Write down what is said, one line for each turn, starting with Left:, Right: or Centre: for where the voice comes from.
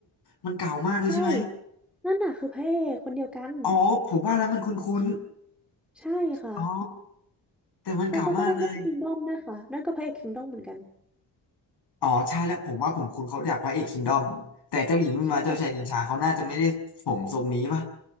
Left: มันเก่ามากเลยใช่ไหม
Centre: ใช่นั่นน่ะคือพระเอกคนเดียวกัน
Left: อ๋อผมว่าแล้วมันคุ้น
Centre: ใช่ค่ะ
Left: ๆอ๋อแต่มันเก่ามากเลย
Centre: แล้วเขาก็เล่นเรื่องคิงดอมด้วยค่ะนั่นก็พระเอกคิงดอมเหมือนกัน
Left: อ๋อใช่แล้วผมว่าผมคุ้นเขาจากพระเอกคิงดอมแต่เจ้าหญิงวุ่นวายเจ้าชายชิงช้าเขาน่าจะไม่ได้ผมทรงนี้ป่ะ
Centre: ใช่